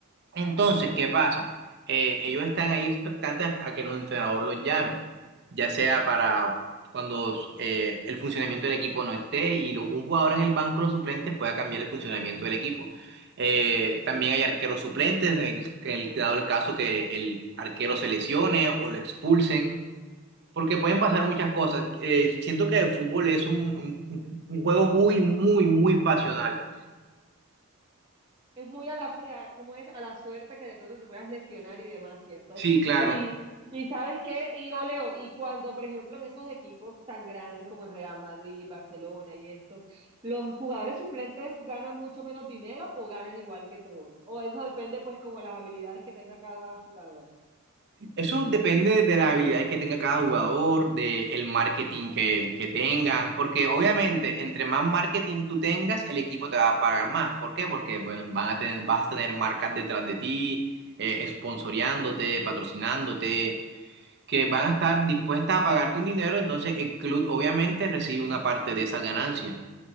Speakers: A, on the right; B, on the right.
A: Entonces, ¿qué pasa? Eh, ellos están ahí expectantes a, a que el entrenador los llame, ya sea para cuando eh, el funcionamiento del equipo no esté y lo- un jugador en el banco de los suplentes pueda cambiar el funcionamiento del equipo. Eh, también hay arqueros suplentes, en el, en el- dado el caso que el arquero se lesione o lo expulsen porque pueden pasar muchas cosas. Eh, siento que el fútbol es un, un- un juego muy, muy, muy pasional.
B: Es muy a la, su- a- como es a la suerte que de pronto te puedas lesionar y demás, ¿cierto?
A: Sí, claro.
B: Y, y ¿sabes qué? Y Oleo, y cuando, por ejemplo, en esos equipos tan grandes como el Real Madrid, Barcelona y esto, ¿los jugadores suplentes ganan mucho menos dinero o ganan igual que todos? O eso depende, pues, como las habilidades que tenga cada jugador.
A: Eso depende de las habilidades que tenga cada jugador, del marketing que, que tengan, porque obviamente entre más marketing tú tengas, el equipo te va a pagar más. ¿Por qué? Porque bueno, van a tener, vas a tener marcas detrás de ti, eh, esponsoreándote, patrocinándote, que van a estar dispuestas a pagarte un dinero, entonces el club obviamente recibe una parte de esa ganancia.